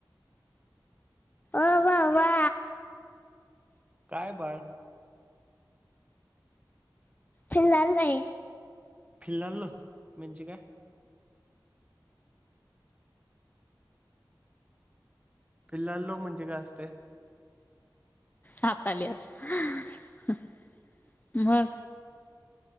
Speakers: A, on the left; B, on the right.
A: ववा वा
B: काय बाळ
A: फिलहल नाही
B: फिल्ल्हाल मच काय. फिलल लो म्हणजे काय असते.
A: हात आली आत मग.